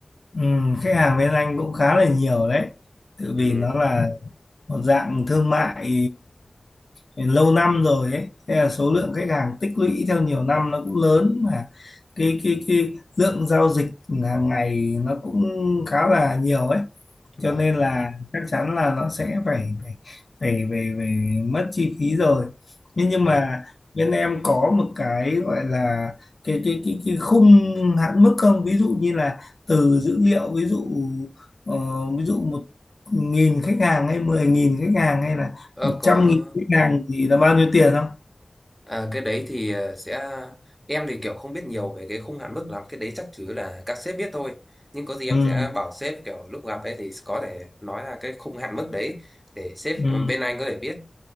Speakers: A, on the left (about 60°); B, in the centre.
A: ừ, khách hàng bên anh cũng khá là nhiều đấy tự
B: ừ
A: vì nó là một dạng thương mại lâu năm rồi ấy thế là số lượng khách hàng tích lũy theo nhiều năm nó cũng lớn mà cái cái cái lượng giao dịch hàng ngày nó cũng khá là nhiều ấy
B: vâng
A: cho nên là chắc chắn là nó sẽ phải phải phải, phải, phải mất chi phí rồi nhưng nhưng
B: vâng
A: mà bên em có một cái gọi là cái cái cái cái khung hạn mức không ví dụ như là từ dữ liệu ví dụ ờ, ví dụ một nghìn khách hàng hay mười nghìn khách hàng hay là
B: Ờ,
A: một
B: có
A: trăm nghìn khách hàng thì là bao nhiêu tiền không
B: À, cái đấy thì ờ, sẽ em thì kiểu không biết nhiều về cái khung hạn mức lắm cái đấy chắc chủ yếu là các sếp biết thôi nhưng có gì em
A: ừ
B: sẽ bảo sếp kiểu lúc gặp ấy thì có thể nói là cái khung hạn mức đấy để sếp
A: ừ
B: ờ, bên anh có thể biết